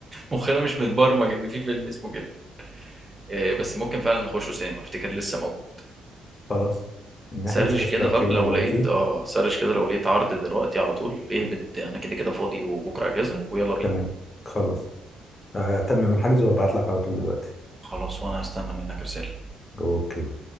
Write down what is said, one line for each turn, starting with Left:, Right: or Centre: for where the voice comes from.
Right: مخنا مش متبرمج إن في فيلم اسمه كده إيه، بس ممكن فعلا نخشه سينما أفتكر لسه موجود
Left: خلاص نحجز
Right: سرش
Left: تذكرتين
Right: كده طب لو
Left: دلوقتي
Right: لقيت اه سرش كده لو لقيت عرض دلوقتي على طول اهبط أنا كده كده فاضي وبكرة أجازة ويلا بينا
Left: تمام خلاص آه، تمام الحجز وابعت لك على طول دلوقتي
Right: خلاص وأنا هستنى منك رسالة
Left: اوكي